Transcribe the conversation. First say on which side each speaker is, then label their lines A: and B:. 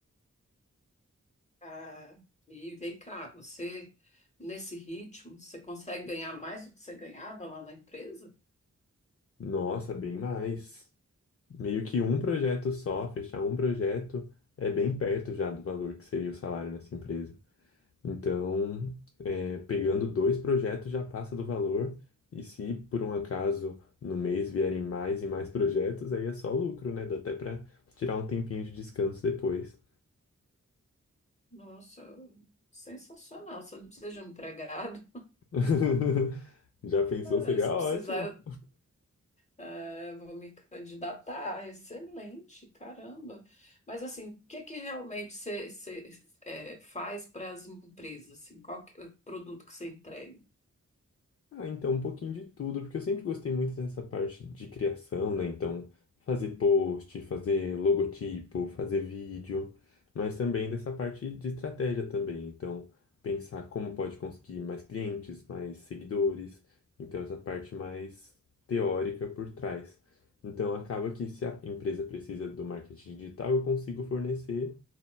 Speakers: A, on the left (about 20°); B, on the left (about 50°).
A: Ah, e vem cá, você, nesse ritmo, você consegue ganhar mais do que você ganhava lá na empresa?
B: Nossa, bem mais. Meio que um projeto só, fechar um projeto, é bem perto já do valor que seria o salário nessa empresa. Então, é, pegando dois projetos já passa do valor, e se por um acaso no mês vierem mais e mais projetos, aí é só lucro, né? Dá até para tirar um tempinho de descanso depois.
A: Nossa, sensacional. Você não precisa de um empregado. <laughs>
B: <laughs> Já pensou? Seria
A: Ah, se
B: ótimo.
A: precisar, É, vou me candidatar, excelente, caramba. Mas assim, o que que realmente você você, é, faz para as empresas? Assim, qual que é o produto que você entrega?
B: Ah, então um pouquinho de tudo, porque eu sempre gostei muito dessa parte de criação, né? Então, fazer post, fazer logotipo, fazer vídeo, mas também dessa parte de estratégia também. Então, pensar como pode conseguir mais clientes, mais seguidores. Então, essa parte mais teórica por trás. Então, acaba que se a empresa precisa do marketing digital, eu consigo fornecer